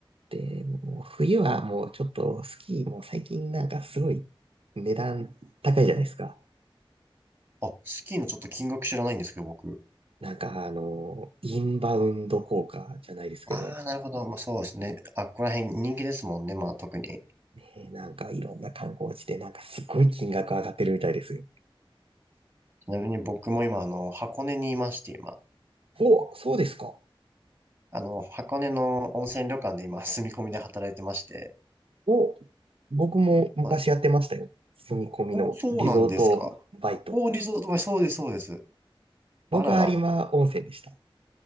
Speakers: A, on the right; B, on the right.
A: で、もう冬はもうちょっとスキーも最近なんかすごい値段高いじゃないですか。
B: あ、スキーのちょっと金額知らないんですけど、僕。
A: なんかあの、インバウンド効果じゃないですけど、
B: ああ、なるほど。まあそうですね。あ、ここら辺人気ですもんね、まあ特に。
A: えーなんかいろんな観光地でなんかすごい金額上がってるみたいですよ。
B: ちなみに僕も今、あの、箱根にいまして、今。
A: お、そうですか。
B: あの、箱根の温泉旅館で今、住み込みで働いてまして。
A: お、僕も昔やってましたよ。
B: そうです
A: 住み込みのリゾートバイト。
B: お、そうなんですか。お、リゾートバイ、そうです、そうです。
A: 僕は有馬温泉でした。
B: あらら。